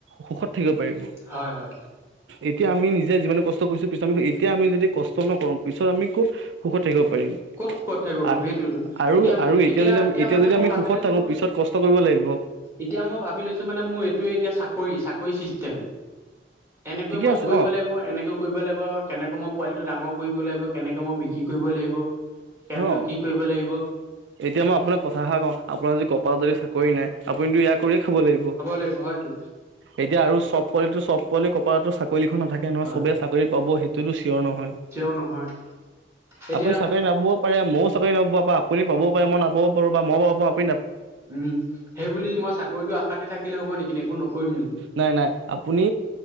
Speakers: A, on the right; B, on the right.
A: সুখত থাকিব। পাৰিব
B: হয় হয়
A: এতিয়া আমি নিজ যেতিয়া যিমান কষ্ট কৰিছো পিছত আমি এতিয়া আমি যদি কষ্ট নকৰো পিছত আমি ক'ত? সুখত থাকিব পাৰিম
B: কত সুখত থাকিব
A: আৰু
B: পাৰিম সেইটোৱেটো
A: আৰু
B: এতিয়া
A: আৰু
B: এতিয়া
A: যদি আমি
B: এতিয়া মানে
A: যদি
B: মই
A: আমি
B: ভাবি
A: সুখত
B: লৈছো
A: থাকো পিছত কষ্ট কৰিব লাগিব
B: এতিয়া মই ভাবি লৈছো মানে মোৰ এইটোৱে এতিয়া চাকৰি চাকৰি চিষ্টেম এনেকৈ
A: ঠিকে
B: মই
A: আছে
B: কৰিব
A: অ
B: লাগিব এনেকৈ কৰিব লাগিব কেনেকৈ মই পোৱালিটো ডাঙৰ কৰিব লাগিব কেনেকে মই বিক্ৰী কৰিব লাগিব কেনেকৈ
A: অহ
B: কি কৰিব লাগিব
A: এতিয়া মই আপোনাক কথা এষাৰ কওঁ, আপোনাৰ যদি কপালত যদি চাকৰি নাই আপুনিটো ইয়াক কৰি খাব লাগিব
B: লাগিব হয়তো
A: এতিয়া আৰু চব পোৱালিটো চব পোৱালি কপালটো চাক কৰি লিখন নাথাকে নহয়
B: হয়
A: সবেই চাকৰি পাব সেইটো তুল চি চিয়ৰ নহয়
B: কিয় নহয় এতিয়া
A: আপুনি চাকৰি নাপাব। চাকৰি নাপ বা আপুনি পাব পাৰে মই নাপাব পাৰো বা মই পাব পাৰোঁ
B: উম 'সেইবুলি মই চাকৰিটো আশাতে থাকিলে হ'ব নেকি একো নকৰিম নেকি?
A: নাই নাই আপুনি